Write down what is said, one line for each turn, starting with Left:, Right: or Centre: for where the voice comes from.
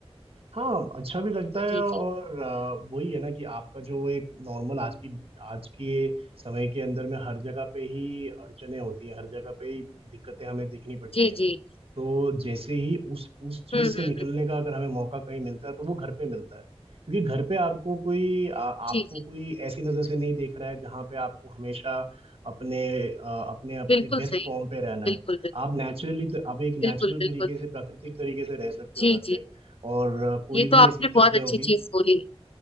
Right: हाँ अच्छा भी लगता है
Left: जी
Right: और
Left: जी
Right: आ, वही है ना कि आपका जो एक नॉर्मल आज की आज के समय के अंदर में हर जगह पे ही अड़चने होती हैं हर जगह पे ही दिक्कतें हमें देखनी पड़ती
Left: जी
Right: हैं
Left: जी
Right: तो जैसे ही उस उस चीज
Left: हम्म हम्म
Right: से निकलने
Left: हम्म
Right: का अगर हमें मौका कहीं मिलता है तो वो घर पे मिलता है क्योंकि घर पे आपको कोई आ, आपको
Left: जी जी
Right: कोई ऐसी नजर से नहीं देख रहा है जहाँ पे आपको हमेशा अपने आ, अपने अपने
Left: बिल्कुल
Right: बेस्ट
Left: सही
Right: फॉर्म पे रहना
Left: बिल्कुल
Right: है
Left: बिल्कुल
Right: आप नेचुरली तो आप एक
Left: बिल्कुल
Right: नेचुरल तरीके
Left: बिल्कुल
Right: से प्राकृतिक तरीके से रह सकते
Left: जी
Right: हो घर
Left: जी
Right: पे और आ, कोई
Left: ये
Right: भी
Left: तो आपने
Right: ऐसी चीज
Left: बहुत
Right: नहीं
Left: अच्छी
Right: होगी
Left: चीज बोली